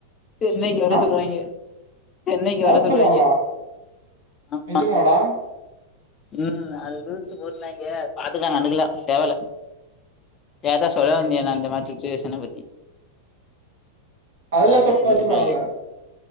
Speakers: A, on the left; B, on the right.
A: சென்னைக்கு வர
B: ஆ
A: சொல்வாய்ங்க சென்னைக்கு
B: அத
A: வர சொல்வாய்ங்க
B: சொல்லுவாங்களா
A: ஆமா
B: நிஜமாடா
A: உம் அது ருல்ஸு போட்ருந்தாய்க பாத்துக்கலா கண்டுக்கல தேவல்ல கேட்டா சொல்ல வேண்டிதா
B: ம்
A: இந்த மாரி சுச்சுவேஷன பத்தி
B: அதல்லாம்
A: யாராச்சு
B: சொன்னா
A: புரிஞ்சுக்குவாய்ங்க
B: ஒத்துப்பாங்களா